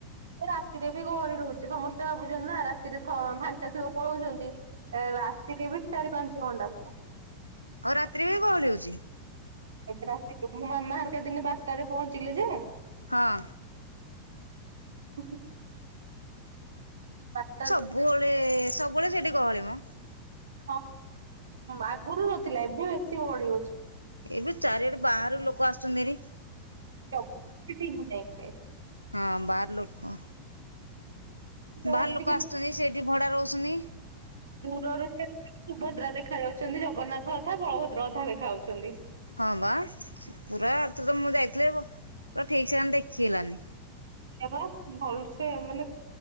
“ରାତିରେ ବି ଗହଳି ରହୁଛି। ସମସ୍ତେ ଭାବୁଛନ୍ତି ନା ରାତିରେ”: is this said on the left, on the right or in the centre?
Right